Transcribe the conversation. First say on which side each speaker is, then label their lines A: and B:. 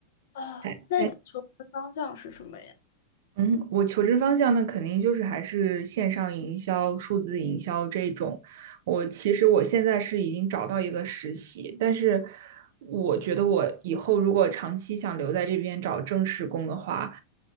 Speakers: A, on the left; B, on the right.
A: 啊，
B: 哎哎
A: 那你求职方向是什么呀？
B: 嗯，我求职方向那肯定就是还是线上营销、数字营销这种。我其实我现在是已经找到一个实习，但是我觉得我以后如果长期想留在这边找正式工的话，